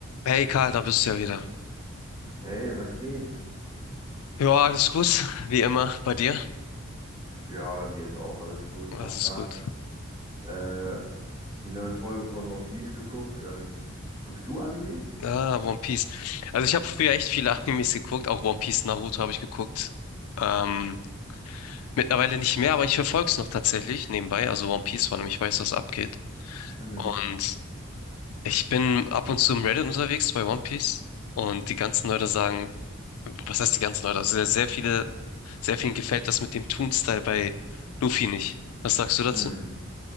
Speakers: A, on the left (about 85°); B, on the right (about 20°).
A: Hey Karl, da bist du ja wieder.
B: Hey, was geht?
A: Ja, alles gut, <laughs> wie immer bei dir.
B: Ja, bei mir ist auch alles gut.
A: Das
B: Hab
A: ist
B: grad
A: gut.
B: äh, die neue Folge von One Piece geguckt. Ähm, guckst du Animes?
A: Ah, One Piece. Also ich habe früher echt viele Animes geguckt, auch One Piece, Naruto habe ich geguckt. Ähm, mittlerweile nicht mehr, aber ich verfolge es noch tatsächlich nebenbei. Also One Piece, weil ich weiß, was abgeht.
B: Mhm.
A: Und ich bin ab und zu im Reddit unterwegs bei One Piece. Und die ganzen Leute sagen, was heißt die ganzen Leute? Also sehr, sehr viele, sehr vielen gefällt das mit dem Toon-Style bei Luffy nicht. Was sagst du dazu?
B: Mhm.